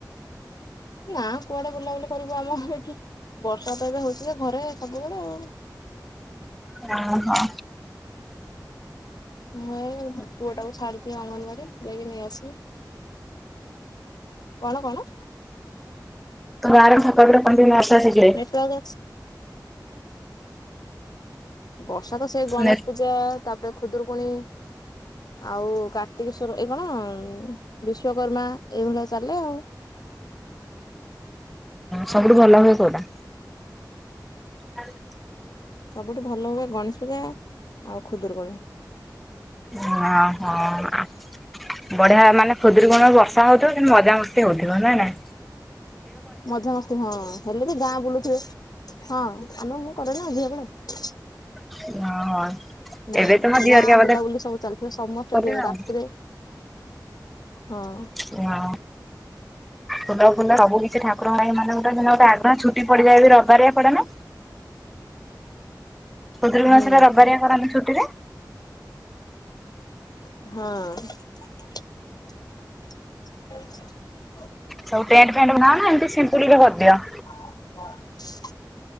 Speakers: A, on the left; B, in the centre.
A: ନା କୁଆଡେ ବୁଲାବୁଲି କରିବୁ ଆମର ଏଠି। ବର୍ଷା ତ ଏବେ ହଉଛି ଯେ, ଘରେ ସବୁବେଳେ ଆଉ।
B: ଓ ହୋ।
A: ମୁଁ ଏଇ ପୁଅଟାକୁ ଛାଡିଛି ଅଙ୍ଗନବାଡି, ଯାଇକି ନେଇ ଆସିବି। କଣ କଣ?
B: ତମ ଗାଁ <unintelligible> ଭାଷା ଶିଖିଲାଇ।
A: ନେଟୱାର୍କ ଅଛି ଓଷା ତ ସେ ଗଣେଶ
B: ନେ
A: ପୂଜା, ତାପରେ ଖୁଦୁରୁକୁଣୀ ଆଉ କାର୍ତ୍ତିକେଶ୍ଵର, ଏଇ କଣ ବିଶ୍ଵକର୍ମା ଏଇ ଭଳିଆ ଚାଲେ ଆଉ।
B: ସବୁଠୁ ଭଲ ହୁଏ କୋଉଟା? ହାଲୋ,
A: ସବୁଠୁ ଭଲ ହୁଏ, ଗଣେଶ ପୂଜା ଆଉ ଖୁଦୁରକୁଣୀ।
B: ହଁ - ହଁ। ବଢିଆ ମାନେ ଖୁଦୁରୁକୁଣିରେ ବର୍ଷା ହଉଥିବ, କିନ୍ତୁ ମଜାମସ୍ତି ହଉଥିବ ନା ନାଇ।
A: ମଜାମସ୍ତି ହଁ ହେଲେ ବି ଗାଁ ବୁଲୁଥିବେ, ହଁ -ଆ -ମୁଁ କରେ ନା ଝିଅ ବେଳେ?
B: ହଁ- ହଁ।
A: ହୁଁ
B: ଏବେ ତମ ଝିଅ
A: ଗାଁ
B: ହେରିକା ବୋଧେ
A: ବୁଲାବୁଲି ସବୁ ଚାଲିିଥିବ, ସମସ୍ତେ
B: କଲେ
A: ଯେ
B: ଆଉ
A: ରାତିରେ ହଁ
B: ଖୋଲା କୁ ଖୋଲା ସବୁ କିଛି ଠାକୁ ରଙ୍କ ପାଇଁ ମାନେ ଗୋଟେ, ମାନେ ଗୋଟେ ଆଡଭାନ୍ସ ଛୁଟି ପଡିଯାଏ, ରବି ବାରିଆ ପଡେ ନା? ଖୁଦୁରୁକୁଣୀ
A: ହୁଁ
B: ଓଷାଟା ରବିବାରିଆ କରନ୍ତି ଛୁଟିରେ?
A: ହଁ।
B: ସବୁ ଟେଣ୍ଡ ଫେଣ୍ଡ ବାନଅ, ନା ଏମିତି ସିମ୍ପଲରେ କରିଦିଅ?
A: ହଁ,